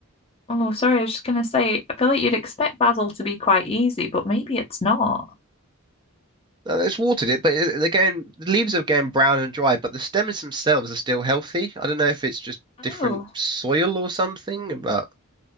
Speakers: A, on the left; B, on the right.
A: oh, sorry, I was just gonna say, I feel like you'd expect basil to be quite easy, but maybe it's not.
B: Uh, It's watered it, but it, again, the leaves are going brown and dry, but the stems themselves are still healthy. I don't know if it's just
A: Oh.
B: different soil or something, but